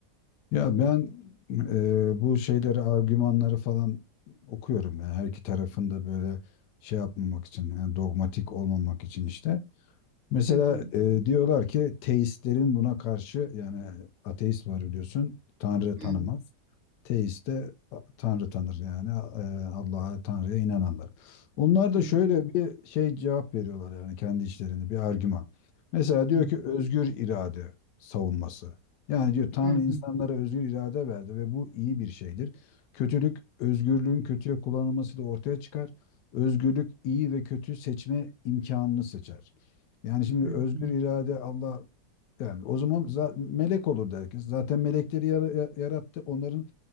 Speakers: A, on the left; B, on the right.
A: Ya ben e, bu şeyleri, argümanları falan okuyorum. Yani her iki tarafın da böyle şey yapmamak için, yani dogmatik olmamak için işte. Mesela
B: Hı hı,
A: e, diyorlar ki teistlerin buna karşı yani ateist var biliyorsun Tanrı tanımaz.
B: hı
A: Teist de a- Tanrı tanır yani e, Allah'a Tanrı'ya inananlar. Onlar da
B: hı,
A: şöyle bir şey cevap veriyorlar yani kendi içlerinde bir argüman. Mesela diyor
B: hı hı,
A: ki özgür irade savunması. Yani diyor Tanrı
B: hı hı,
A: insanlara özgür irade verdi ve bu iyi bir şeydir. Kötülük özgürlüğün kötüye kullanılmasıyla ortaya çıkar. Özgürlük iyi ve kötü seçme imkanını seçer. Yani şimdi
B: hı
A: özgür
B: hı,
A: irade Allah yani o zaman za- melek olur herkes. Zaten melekleri yara- ya- yarattı. Onların